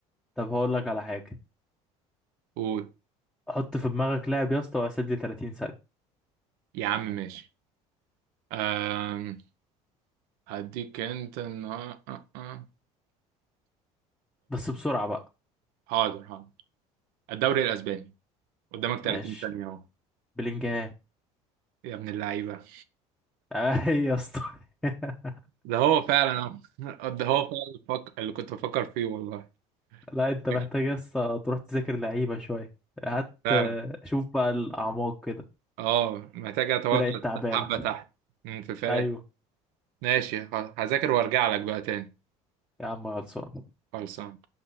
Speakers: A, in the centre; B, on the right.
A: طب هقول لك على حاجة
B: قول
A: حط في دماغك لاعب يا اسطى واسيب لي 30 ثانية
B: يا عم ماشي أم... هديك انت النهار- أه أه.
A: بس بسرعة بقى
B: حاضر حاضر الدوري الاسباني قدامك 30
A: ماشي
B: ثانية اهو
A: بلينجهام
B: يا ابن اللعيبة
A: <laughs> اي يا اسطى <laughs>
B: ده هو فعلا اهو <laughs> ده هو فعلا فك... اللي كنت بفكر فيه والله
A: لا انت محتاج
B: ماشي.
A: بس تروح تذاكر لعيبة شوية هات
B: فعلا
A: آه، شوف بقى الأعماق كده
B: اه محتاج اتوقع
A: الفرق التعبانة
B: حبة تحت مم، في فرق
A: أيوة
B: ماشي خلاص. هذاكر وارجع لك بقى تاني
A: يا عم خلصان
B: خلصان